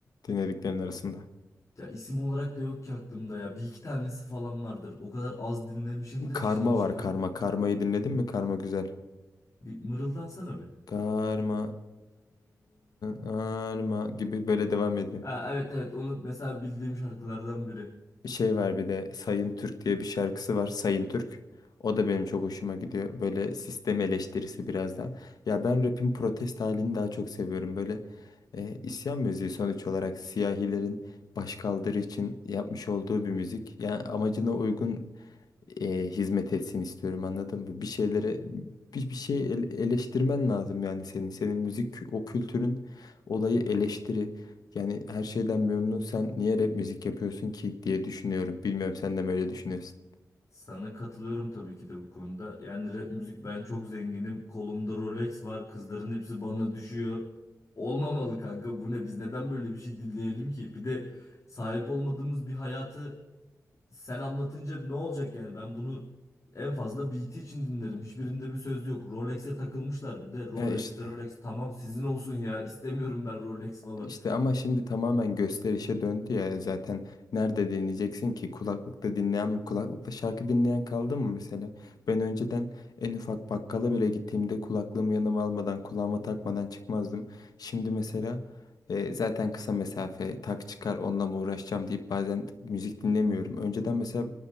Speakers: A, on the left (about 80°); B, on the left (about 50°).
A: dinlediklerin arasında?
B: Ya isim olarak da yok ki aklımda ya. Bir iki tanesi falan vardır. O kadar az dinlemişimdir
A: Karma
B: ki Şehinşah'ı.
A: var karma. Karmayı dinledin mi? Karma güzel.
B: Bir mırıldansana bir.
A: Karma, karma gibi böyle devam ediyor.
B: Ha, evet evet onu mesela bildiğim şarkılardan biri.
A: Şey var bir de Sayın Türk diye bir şarkısı var. Sayın Türk. O da benim çok hoşuma gidiyor. Böyle sistem eleştirisi biraz da. Ya ben rap'in protest halini daha çok seviyorum. Böyle e, isyan müziği sonuç olarak siyahilerin başkaldırı için yapmış olduğu bir müzik. Yani amacına uygun e, hizmet etsin istiyorum anladın mı? Bir şeylere bir, bir şey ele- eleştirmen lazım yani senin. Senin müzik kü- o kültürün olayı eleştiri. Yani her şeyden memnun sen niye rap müzik yapıyorsun ki diye düşünüyorum. Bilmiyorum sen de mi öyle düşünüyorsun?
B: Sana katılıyorum tabii ki de bu konuda. Yani rap müzik ben çok zenginim. Kolumda Rolex var. Kızların hepsi bana düşüyor. Olmamalı kanka. Bu ne? Biz neden böyle bir şey dinleyelim ki? Bir de sahip olmadığımız bir hayatı sen anlatınca ne olacak yani? Ben bunu en fazla beat için dinlerim. Hiçbirinde bir söz yok. Rolex'e takılmışlar bir de. Rolex'te
A: E işte.
B: Rolex tamam sizin olsun ya. İstemiyorum ben Rolex falan.
A: İşte ama şimdi tamamen gösterişe döndü ya zaten nerede dinleyeceksin ki kulaklıkta dinleyen mi kulaklıkta şarkı dinleyen kaldı mı mesela ben önceden en ufak bakkala bile gittiğimde kulaklığımı yanıma almadan kulağıma takmadan çıkmazdım şimdi mesela e, zaten kısa mesafe tak çıkar onunla mı uğraşacağım deyip bazen müzik dinlemiyorum önceden mesela